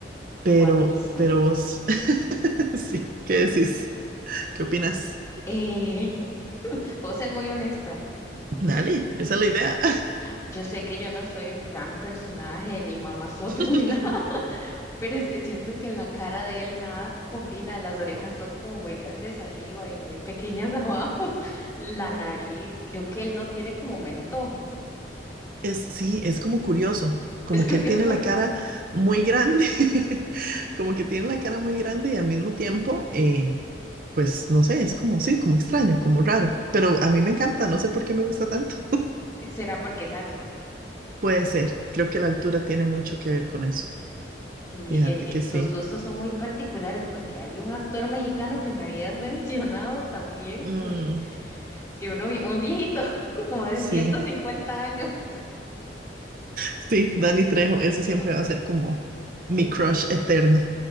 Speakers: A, on the right; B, on the left.
A: pero,
B: Guapísimo.
A: pero vos, <laughs> sí, ¿qué decís? ¿Qué opinas?
B: Eh, <laughs> puedo ser muy honesta.
A: Dale, esa es la idea.
B: Yo sé que yo no soy un gran personaje, ni mamazota,
A: <laughs>
B: <laughs> ni nada, Pero es que siento que en la cara de él nada combina, las orejas son como muy grandes arriba y muy pequeñas abajo, <laughs> la nariz, creo que él no tiene como mentón,
A: Es, sí, es como curioso, como
B: es curioso,
A: que él tiene la cara muy grande, <laughs> como que tiene la cara muy grande y al mismo tiempo, eh, pues no sé, es como, sí, como extraño, como raro, pero a mí me encanta, no sé por qué me gusta tanto.
B: <laughs> será porque es alto.
A: <laughs> Puede ser, creo que la altura tiene mucho que ver con eso,
B: sí
A: fíjate
B: es que
A: que sí.
B: tus gustos son muy particulares porque hay un actor mexicano que me habías mencionado también
A: Mm,
B: que, que uno, vi- un viejito <laughs> como de
A: sí,
B: ciento cincuenta años.
A: sí, Dani Trejo, ese siempre
B: <laughs>
A: va a ser como mi
B: Es,
A: crush eterno.